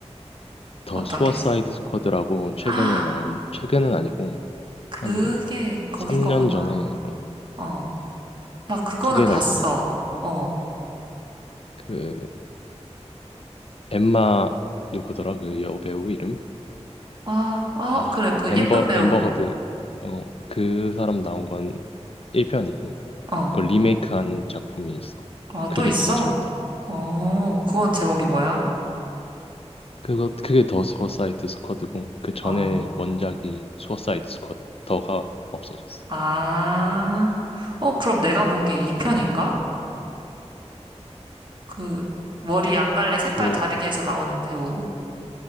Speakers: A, on the left; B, on the right.
A: 더
B: 어떤
A: 수어사이드
B: 게 있어?
A: 스쿼드라고 최근에
B: 아,
A: 나온, 최근은 아니고
B: 그게
A: 한
B: 거기
A: 3년
B: 거구나.
A: 전에 어,
B: 어, 나 그거는
A: 두 개가
B: 봤어.
A: 있어.
B: 어,
A: 그 엠마 누구더라? 그 여배우 이름?
B: 아, 아,
A: 아,
B: 그래, 그
A: 엠버
B: 예쁜 배우.
A: 엠버 허드. 어, 그 사람 나온 건 1편이고
B: 어,
A: 그걸 리메이크한 작품이 있어.
B: 아, 또
A: 그게
B: 있어.
A: 되게 재밌더라고.
B: 어, 그건 제목이 뭐야?
A: 그거 그게 더 수어사이드 스쿼드고 그 전에
B: 어,
A: 원작이 수어사이드 스쿼드 더가 없어졌어.
B: 아, 어, 그럼 내가 본 게 2편인가? 그 머리 양갈래 색깔
A: 그
B: 다르게 해서 나오는 배우.